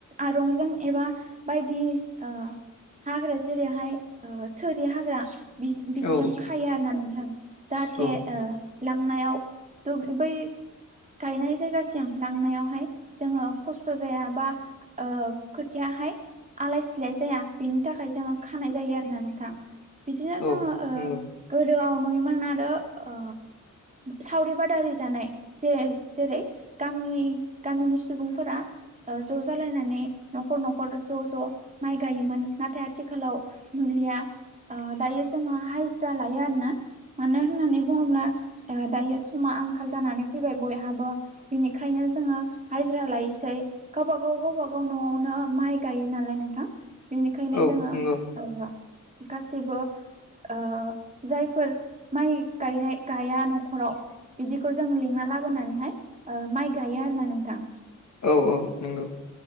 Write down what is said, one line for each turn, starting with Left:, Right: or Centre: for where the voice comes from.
Right: आरंजों एबा बायदि ओ हाग्रा जेरैहाय ओ थोरि हाग्रा बिदि बिदिजों
Left: औ
Right: खायो आरोना नोंथां जाहाथे
Left: औ
Right: ओ लांनायाव दु बै गायनाय जायगासिम लांनायावहाय जोङो खस्थ' जाया बा ओ खोथियाहाय आलाय सिलाय जाया । बेनि थाखाय जोङो खानाय जायो आरोना नोंथां। बिदिनो
Left: औ
Right: जोङो ओ
Left: नंगौ
Right: गोदोआव नुयोमोन आरो ओ सावरि बादारि जानाय जे जेरै गामि गामिनि सुबुंफोरा ओ ज' जालायनानै न'खर न'खर ज' ज' माइ गायोमोन। नाथाय आथिखालाव नुलिया ओ दायो जोङो हाजिरा लायो आरोना । मानो होननानै बुङोब्ला ओ दायो समा आंखाल जानानै फैबाय बयहाबो बिनिखायनो जोङो हाजिरा लायोसै गावबा गाव गावबा गाव न'आवनो माइ गायो नालाय नोंथां । बेनिखायनो
Left: औ
Right: जोङो
Left: नंगौ
Right: <unintelligible> गासिबो ओ जायफोर माइ गायनाय गाया न'खराव बिदिखौ जों लिंना लाबोनानैहाय ओ माइ गायो आरो ना नोंथां।
Left: औ औ। औ नंगौ।